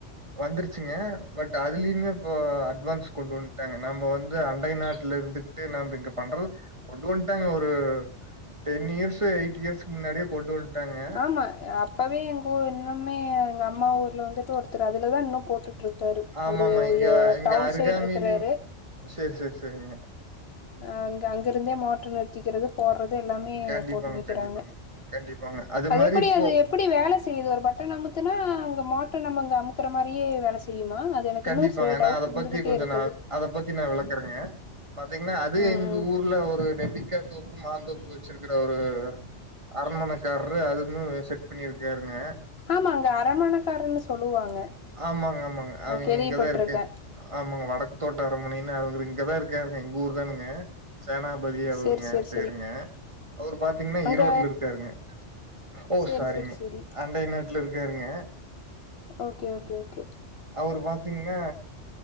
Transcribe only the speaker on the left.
ஆமா அப்பவே எங்க ஊர் இன்னுமே எங்க அம்மா ஊர்ல வந்துட்டு ஒருத்தர் அதுல தா இன்னு போட்டு இருக்காரு
அவரு
டவுன்
எ சைட் இருக்றாரு
அ அங்க அங்கிருந்தே மாட்ருவே கேக்கறத போடுறது எல்லாமே
போட்டு நிக்கிறாங்க
அது
எப்டி
அது எப்டி வேல இது ஒரு பட் டன் அமுத்துனா அங்க மாட் டு நம்ம இங்க இருக்கிற மாதிரி வேலை செய்யுமா அது எனக்கு
இன்னு ஒரு சில
டவுட்
இருந்துகிட்டே
இருக்குது
ம்
ம்
ஆமா அங்க அரமணக்காரன்னு சொல்லுவாங்க
நா கேள்விப்பட்டிருக்கே
சேரி சேரி
சேரி
அங்க
சேரி
சேரி சேரி
ஓகே ஓகே ஓகே